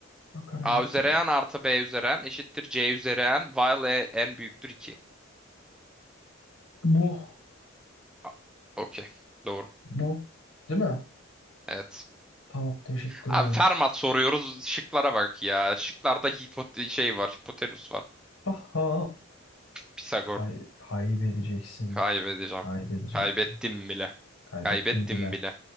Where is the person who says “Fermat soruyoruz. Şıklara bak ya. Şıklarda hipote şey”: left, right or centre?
Centre